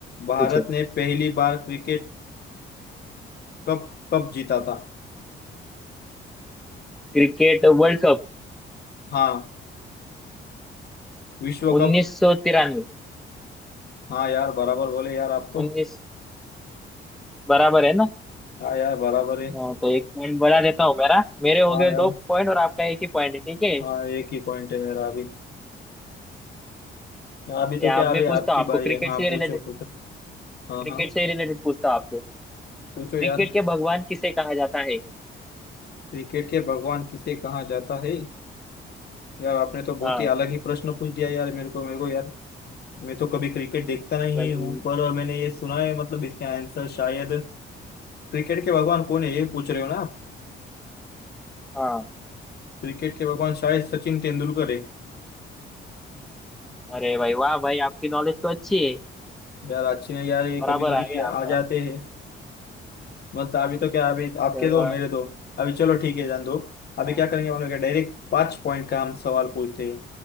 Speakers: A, on the left; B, in the centre.
A: भारत
B: पूछो
A: ने पहली बार क्रिकेट कप कब जीता था
B: Cricket world cup
A: हाँ विश्व
B: उन्नीस
A: कप
B: सौ तिरानवे
A: हाँ यार बराबर बोले यार आप तो
B: उन्नीस बराबर है ना
A: हाँ यार बराबर है
B: हाँ, तो एक पॉइंट बढ़ा देता हूँ मेरा मेरे हो
A: हाँ
B: गए
A: यार
B: दो पॉइंट और आपका एक ही पॉइंट है ठीक है
A: हाँ एक ही पॉइंट है मेरा अभी हाँ, अभी तो
B: या
A: क्या
B: अब
A: अभी
B: मैं
A: आपकी
B: पूछता हूँ आपको
A: बारी
B: क्रिकेट
A: है हाँ
B: से
A: पूछो
B: रिलेटेड
A: कुछ हाँ
B: क्रिकेट
A: हाँ
B: से रिलेटेड पूछता हूँ आपको
A: पूछो
B: क्रिकेट
A: यार
B: के भगवान किसे कहा जाता है
A: क्रिकेट के भगवान किसे कहा जाता है यार आपने तो बहुत
B: हाँ
A: ही अलग ही प्रश्न पूछ दिया यार मेरे को मेरे को यार मैं तो कभी क्रिकेट देखता नहीं
B: भाई
A: हूँ पर मैंने ये सुना है मतलब इसका आंसर शायद क्रिकेट के भगवान कौन है ये पूछ रहे हो ना आप
B: हाँ
A: क्रिकेट के भगवान शायद सचिन तेंदुलकर है
B: अरे भाई वाह भाई आपकी नॉलेज तो अच्छी है
A: यार अच्छी नहीं यार ये
B: बराबर
A: कभी कभी
B: आ गया
A: आ
B: आपका
A: जाते हैं बस अभी तो क्या अभी आपके
B: चलो
A: दो मेरे दो अभी चलो ठीक है जान दो अभी
B: हाँ,
A: क्या करेंगे हम लोग डायरेक्ट पांच पॉइंट का हम सवाल पूछते हैं